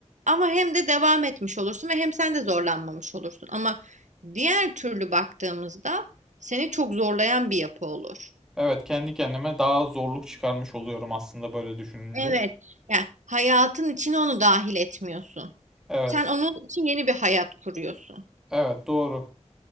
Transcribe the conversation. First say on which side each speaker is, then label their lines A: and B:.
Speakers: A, on the right (about 80°); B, in the centre.
A: ama hem de devam etmiş olursun ve hem sen de zorlanmamış olursun ama diğer türlü baktığımızda seni çok zorlayan bir yapı olur.
B: Evet, kendi kendime daha zorluk çıkarmış oluyorum aslında böyle düşününce.
A: Evet. Yani hayatın içine onu dahil etmiyorsun.
B: Evet.
A: Sen onun için yeni bir hayat kuruyorsun.
B: Evet, doğru.